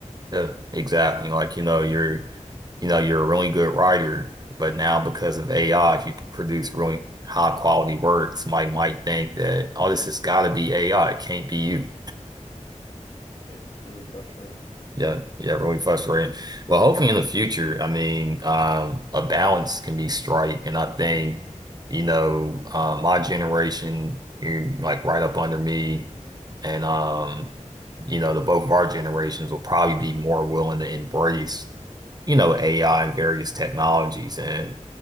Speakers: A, on the right; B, on the left.
A: Yeah, exactly. Like, you know, you're, you know, you're a really good writer, but now because of AI, if you produce really high quality work, somebody might think that, oh, this has got to be AI. It can't be you.
B: It's really frustrating.
A: Yeah, yeah, really frustrating. Well, hopefully in the future, I mean, um, a balance can be strike, and I think, you know, uh, my generation, you're like right up under me, and um, you know, the both of our generations will probably be more willing to embrace, you know, AI and various technologies, and